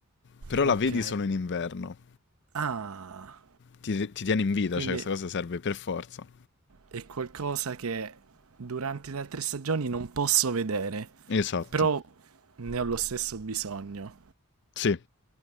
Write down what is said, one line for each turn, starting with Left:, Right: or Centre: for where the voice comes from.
Left: Però
Right: Ok.
Left: la vedi solo in inverno.
Right: Ah,
Left: Ti, ti tiene in vita,
Right: quindi
Left: cioè questa cosa serve per forza.
Right: è qualcosa che durante le altre stagioni non posso vedere,
Left: Esatto.
Right: però ne ho lo stesso bisogno.
Left: Sì.